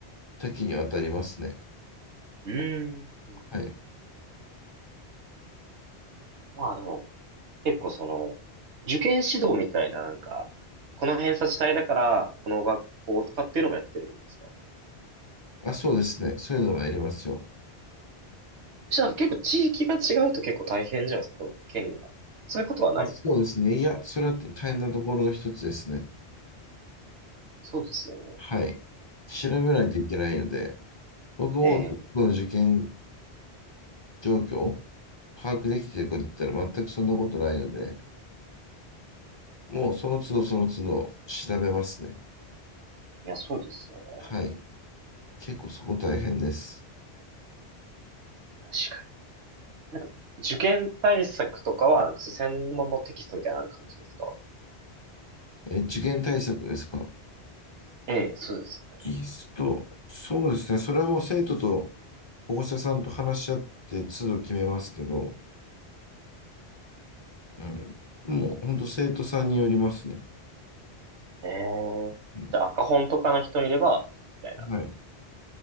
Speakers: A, on the left (about 35°); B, on the right (about 85°).
A: 多岐にわたりますね。
B: うーん。うん
A: はい。
B: まあでも、結構その、受験指導みたいななんか、この偏差値帯だから、この学校とかっていうのもやってるんですか
A: あ、そうですね。そういうのはやりますよ。
B: そしたら結構地域が違うと結構大変じゃないですか県が。そういうことはないですかね
A: あ、そうですね。いや、それは大変なところの一つですね。
B: そうですよね。って
A: はい。調べないといけないので、僕も僕の受験
B: ええ
A: 状況を把握できているかといったら全くそんなことないので、もうその都度その都度調べますね。
B: いや、そうですよね。
A: はい。結構そこ大変です。
B: 確かに。なんか、受験対策とかは、なんかそう専門のテキストみたいなのある感じですか
A: え、受験対策ですか
B: ええ、そうですね。
A: 技スト、そうですね。それはもう生徒と保護者さんと話し合って都度決めますけど、うん。もう本当生徒さんによりますね。
B: ええ。
A: うん。
B: じゃあ、赤本とかの人いれば、みたいな。
A: はい。